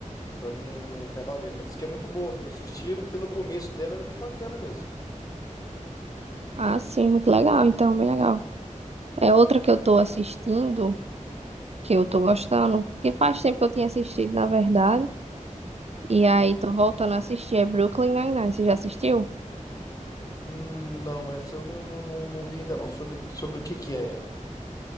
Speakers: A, on the left; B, on the right.
A: para mim acabar vendo. Mas disse que é muito boa. Eu assisti pelo começo dela, era bem bacana mesmo.
B: Ah, sim, muito legal, então, bem legal. É outra que eu tô assistindo, que eu tô gostando, que faz tempo que eu tinha assistido, na verdade. E aí tô voltando a assistir, é Brooklyn Nine-Nine, você já assistiu?
A: Hum, não, essa eu não, não, não, não vi ainda não. Sobre, sobre o que que é ela?